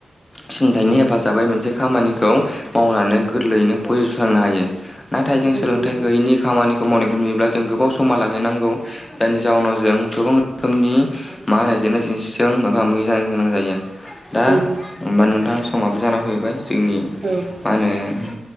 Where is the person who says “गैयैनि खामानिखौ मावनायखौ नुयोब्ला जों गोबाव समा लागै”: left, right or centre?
Left